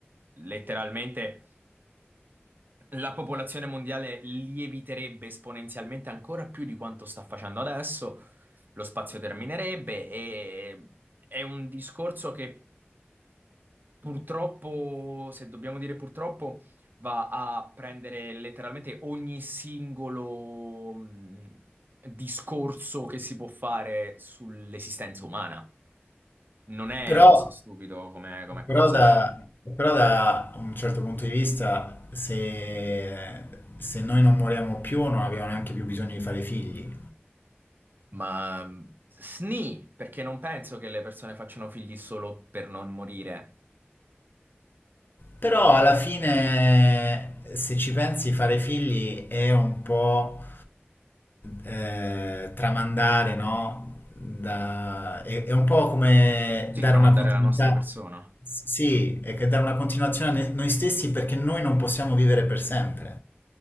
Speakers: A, on the right (about 50°); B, on the left (about 55°).
A: letteralmente la popolazione mondiale lieviterebbe esponenzialmente ancora più di quanto sta facendo adesso, lo spazio terminerebbe e è un discorso che purtroppo, se dobbiamo dire purtroppo, va a prendere letteralmente ogni singolo mh, discorso che si può fare sull'esistenza umana. Non è
B: Però,
A: così stupido come, come
B: però
A: cosa.
B: da,
A: <laughs>
B: però da un certo punto di vista, se, se noi non moriamo più, non abbiamo neanche più bisogno di fare figli.
A: Ma mh, sni, perché non penso che le persone facciano figli solo per non morire.
B: Però alla fine, se ci pensi, fare figli è un po' eh, tramandare, no? Da- è, è un po' come
A: Sì,
B: dare
A: tramandare
B: una continuità.
A: la nostra persona.
B: Sì, è che dare una continuazione a ne- noi stessi perché noi non possiamo vivere per sempre.